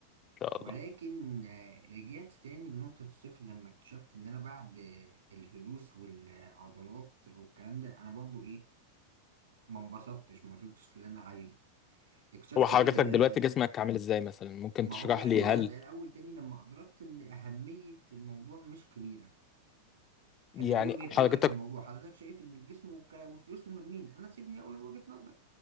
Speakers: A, on the left; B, on the right.
A: شاء
B: ولكن
A: الله
B: آه، رجعت تاني لنقطة الصفر لما اكتشفت إن أنا بعد آه، الفلوس والعضلات والكلام ده أنا برضو إيه ما انبسطتش ما وصلتش للي أنا عايزه اكتشفت
A: هو حضرتك
B: إن ال-
A: دلوقتي جسمك عامل ازاي مثلا ممكن
B: ما
A: تشرح
B: هو رجع
A: لي هل
B: زي الأول تاني لما أدركت إن أهمية الموضوع مش كبيرة
A: يعني
B: أنا دي وجهة
A: حضرتك
B: نظري في الموضوع حضرتك شايف إن الجسم والكلام والفلوس مهمين أنا سيبني أقول وجهة نظري